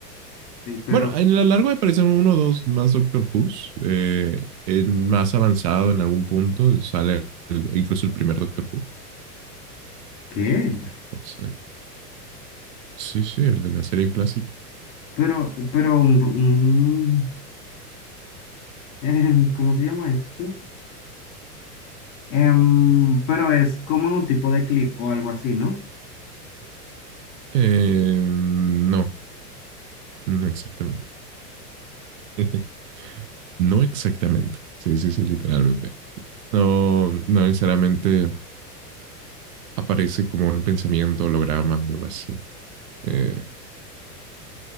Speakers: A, on the left; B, on the right.
A: sí, pero
B: Bueno, en lo largo aparecen uno o dos más Doctor Who's, eh, en más avanzado en algún punto sale el- incluso el primer Doctor Who.
A: ¿qué?
B: Entonces, sí, sí, el de la serie clásica.
A: Pero, pero, un- un- em, ¿cómo se llama esto? Em, pero es como un tipo de clip o algo así, ¿no?
B: Eh, no, no exactamente. <laughs> No exactamente. Sí, sí, sí, literalmente. No, no necesariamente aparece como un pensamiento, holograma o algo así. Eh,